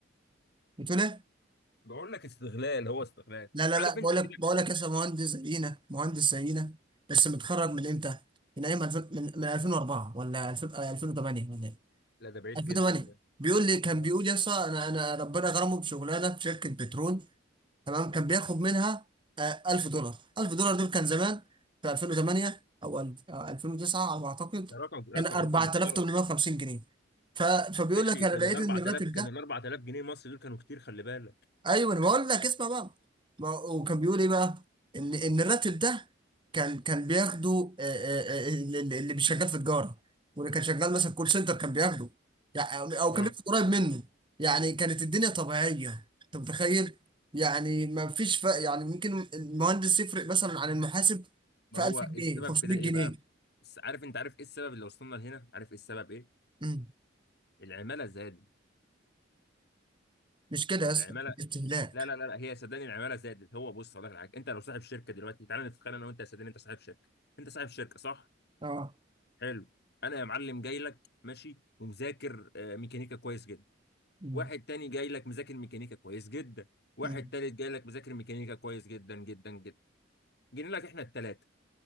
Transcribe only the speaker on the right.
بتقول ايه
لا لا
لا بقول
لك بقول لك يا أستاذ مهندس زينا مهندس زينا بس متخرج من امتى من ايام 2000 من من 2004 ولا 2000 آه، 2008 ولا إيه؟
2008
بيقول لي كان
بيقول يا اسطى انا انا ربنا غرمه بشغلانه في شركه بترول تمام كان بياخد منها آه، 1000 دولار 1000 دولار دول كان زمان في 2008 او ألف- آه، 2009 على ما اعتقد
كان 4850
جنيه ف... فبيقول
لك انا
لقيت
ان الراتب
ايوه انا بقول لك اسمع بقى ما هو- وكان بيقول ايه بقى ان ان الراتب ده كان كان بياخده آه، آه، آه، اللي اللي مش شغال في تجاره واللي كان شغال مثلا كول سنتر كان بياخده يعني او كان
بياخد قريب منه يعني كانت الدنيا طبيعيه انت متخيل يعني ما فيش فرق يعني ممكن المهندس يفرق مثلا عن المحاسب
في
1000 جنيه
500
جنيه
مم.
مش كده
يا اسطى استهلاك
اه
مم.
مم.